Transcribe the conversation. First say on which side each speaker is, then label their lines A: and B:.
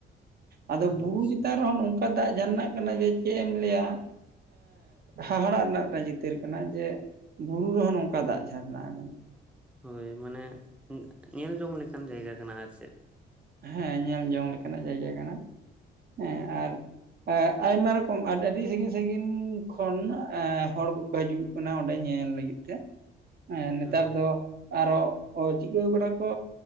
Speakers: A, on the right (about 50°); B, in the centre.
A: ᱟᱫᱚ
B: ᱟᱪᱪᱷᱟ
A: ᱵᱩᱨᱩ ᱪᱮᱛᱟᱱ ᱨᱮᱦᱚᱸ ᱱᱚᱝᱠᱟ ᱫᱟᱜ ᱡᱷᱟᱨᱱᱟᱜ ᱠᱟᱱᱟ ᱡᱮ ᱪᱮᱫ ᱮᱢ ᱞᱟᱹᱭᱟ ᱦᱟᱦᱟᱲᱟᱜ ᱨᱮᱱᱟᱜ ᱪᱤᱛᱟᱹᱨ ᱠᱟᱱᱟ ᱡᱮᱼᱼ ᱵᱩᱨᱩ ᱨᱮᱦᱚᱸ ᱱᱚᱝᱠᱟ ᱫᱟᱜ ᱡᱷᱟᱨᱱᱟ ᱟ ᱟᱱᱟᱝ
B: ᱦᱳᱭ ᱢᱟᱱᱮ ᱧᱮᱞ ᱡᱚᱝ ᱞᱮᱠᱟᱱ ᱡᱟᱭᱜᱟ ᱠᱟᱱᱟ ᱟᱨ ᱪᱮᱫ?
A: ᱦᱮᱸ ᱧᱮᱞ ᱡᱚᱝ ᱞᱮᱠᱟᱱᱟᱜ ᱡᱟᱭᱜᱟ ᱠᱟᱱᱟ ᱦᱮᱸ ᱟᱨᱼᱼ ᱟᱭᱢᱟ ᱨᱚᱠᱚᱢ ᱟᱹᱰᱤ ᱟᱹᱰᱤ ᱥᱟᱺᱜᱤᱧ ᱥᱟᱺᱜᱤᱧ ᱠᱷᱚᱱ ᱮ ᱦᱚᱲ ᱠᱚᱠᱚ ᱦᱤᱡᱩᱜᱼᱼ ᱚᱱᱟ ᱚᱸᱰᱮ ᱧᱮᱞ ᱞᱟᱹᱜᱤᱫ ᱛᱮ ᱱᱮᱛᱟᱨ
B: ᱦᱩᱸ
A: ᱫᱚᱼᱼ ᱟᱨᱚ ᱪᱤᱠᱟᱹᱣ ᱠᱟᱰᱚ ᱠᱚ